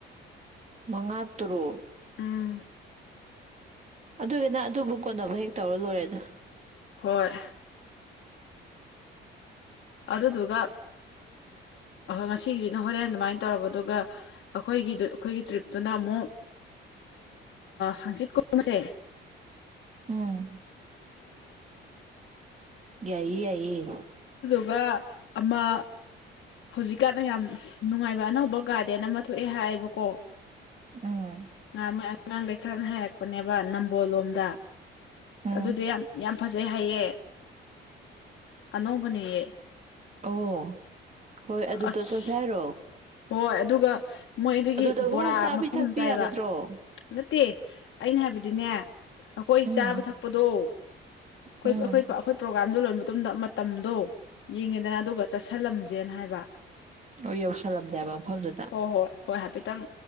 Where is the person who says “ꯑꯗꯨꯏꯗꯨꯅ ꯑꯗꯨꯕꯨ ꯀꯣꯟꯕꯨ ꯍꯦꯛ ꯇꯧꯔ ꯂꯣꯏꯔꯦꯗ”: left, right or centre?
Right